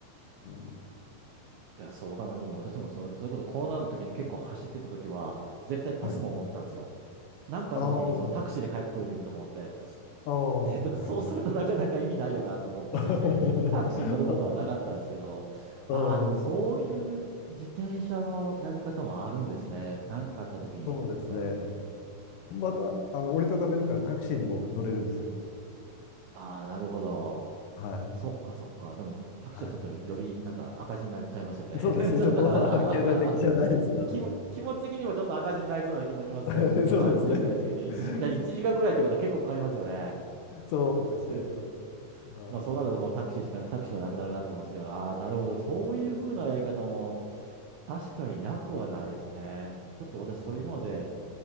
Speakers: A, on the left; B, on the right.
A: うん。
B: いや、そうわかります。でも私もそ、それこそコロナの時に結構走ってた時は、絶対パスも持ってたんですよ。
A: はい。
B: なんかあった時にそのタクシーで帰ってくれるようにとか思って、
A: ああ、はい。ああ、
B: で、でもそうするとなかなか意味ないよなと思ったりして、
A: なるほど。<laughs> はい
B: タクシーに乗ることはなかったですけど、ああ、
A: うん。
B: でもそういう自転車のやり方もあるんですね。なんかあった時に持って帰る。
A: そうですね。また、あの、折りたためるからタクシーにも乗れるんですよ。
B: ああ、なるほど。
A: はい。
B: そっかそっか。でもタクシーはちょっとよりなんか赤字になっちゃいますよね。
A: はい。そうですね。
B: <laughs> ちょっと
A: そこは
B: <laughs>
A: <laughs> 経済的じゃないですけどね。
B: 気も、気持ち的にもちょっと赤字になりそうな気もしますけど、
A: <laughs>
B: ちょっとタクシーが買いすぎて、
A: そうですね。
B: 1時、
A: <laughs>
B: だ一時間ぐらいってことは結構かかりますよね。
A: そうですね。
B: でしょ。
A: は
B: まあ、そうなるともうタクシーしか、タクシーはなくなるなと思うんですけど、ああ、なるほど。そういうふうなやり方も、
A: い。はい。
B: 確かになくはないですね。ちょっと私、それ今まで
A: そうですね。